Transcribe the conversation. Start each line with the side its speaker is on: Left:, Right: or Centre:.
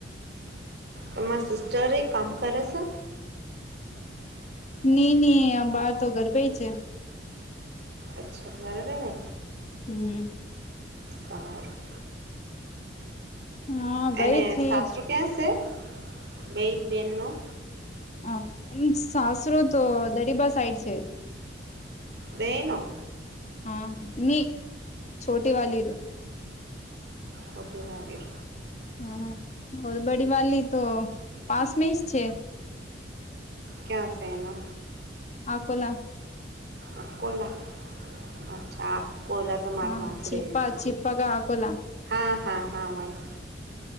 Right: તમારે સીસ્ટર એ કામ કરે છે
Left: ની ની આ બાર તો ગરભે છે
Right: અચ્છા ઘરે રેવે
Left: હમ
Right: સારું
Left: હા ગઈ
Right: એને
Left: થી
Right: સાસરુ ક્યાં છે? બે બેન નું
Left: હ સાસરો તો દરિબા સાઈડ છે.
Right: બેનો
Left: હા ની છોટી વાલીનો
Right: છોટી વાલી
Left: હમ ઓર બડી વાલી તો પાસમે જ છે.
Right: ક્યાશે એનો?
Left: આકોલા
Right: આકોલા અચ્છા. આકોલા તો મારા
Left: હા
Right: માસી
Left: છીપા
Right: રહે છે.
Left: છીપા કા અકોલા
Right: હા હા હા વાય